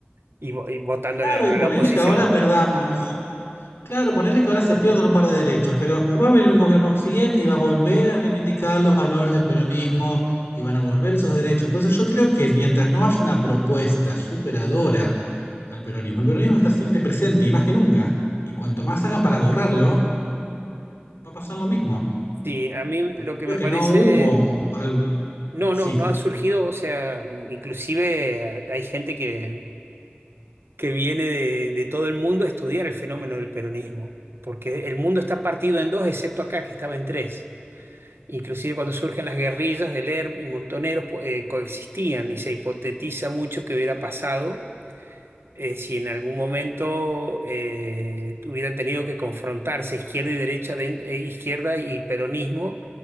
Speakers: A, on the right; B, on the left.
A: Y, vo- y votando
B: Claro,
A: a la,
B: y ponele
A: a la oposición.
B: que ahora perdamos. Claro, ponele que ahora se pierdan un par de derechos, pero va a venir un gobierno siguiente y va a volver a reivindicar los valores del peronismo y van a volver esos derechos. Por eso yo creo que mientras no haya una propuesta superadora al peronismo, el peronismo está siempre presente y más que nunca. Y cuanto más hagan para borrarlo, va a pasar lo mismo.
A: Sí, a mí
B: Porque
A: lo que
B: creo
A: me
B: que
A: parece...
B: no hubo algo.
A: No,
B: Sí,
A: no, no ha surgido, o sea, inclusive hay gente que, que viene de, de todo el mundo a estudiar el fenómeno del peronismo, porque el mundo está partido en dos, excepto acá, que estaba en tres. Inclusive cuando surgen las guerrillas del ERP y Montoneros, po- eh, coexistían y se hipotetiza mucho que hubiera pasado eh, si en algún momento eh, hubieran tenido que confrontarse izquierda y derecha, den- eh, izquierda y peronismo,